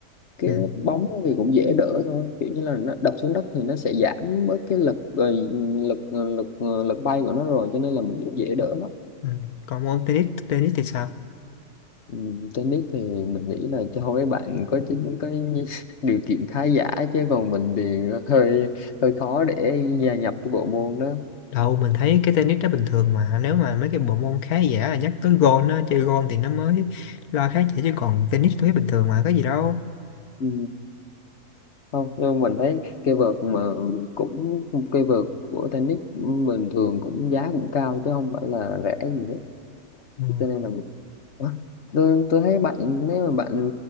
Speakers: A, on the left; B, on the left.
A: cái
B: Ừ.
A: bóng á thì cũng dễ đỡ thôi kiểu như là nó đập xuống đất thì nó sẽ giảm bớt cái lực rồi lực lực lực bay của nó rồi cho nên là mình cũng dễ đỡ lắm
B: Ừ. Còn môn tennis tennis thì sao?
A: Ừ, Tennis thì mình nghĩ là cho mấy bạn có chính có nhi- <laughs> điều kiện khá giả chứ còn mình thì hơi hơi khó để gia nhập cái bộ môn đó
B: đâu mình thấy cái tennis nó bình thường mà nếu mà mấy cái bộ môn khá giả là nhắc tới gôn á chơi gôn thì nó mới lo khác chỉ chứ còn tennis tôi thấy bình thường mà có gì đâu
A: ừ, không nhưng mình thấy cây vợt mà cũng cây vợt của tennis mình thường cũng giá cũng cao chứ không phải là rẻ gì hết
B: ừ.
A: cho nên là Ủa, Tôi, tôi thấy bạn nếu mà bạn